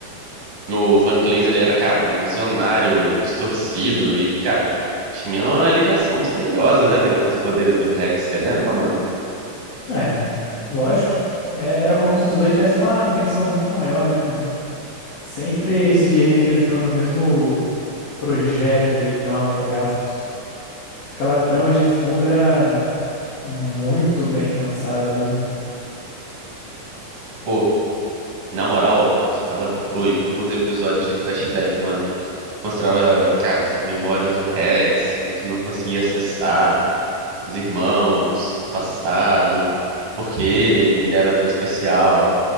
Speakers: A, on the right; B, on the left.
A: O Van Clays, ele era, cara, um visionário distorcido e, cara, tinha uma ligação misteriosa, né, velho, com os poderes do Rex, você lembra, mano?
B: É, lógico. É, Era como se os dois tivessem uma conexão muito maior, né, mano? Sempre sugeriam que eles vinham do mesmo projeto original, entre aspas. Aquela trama de fundo era muito bem pensada, mano.
A: Pô, na moral, ele ficava doido com os episódios de flashback, mano. Mostrava, cara, as memórias do Rex, o que não conseguia acessar, os irmãos, o passado, por que ele era tão especial,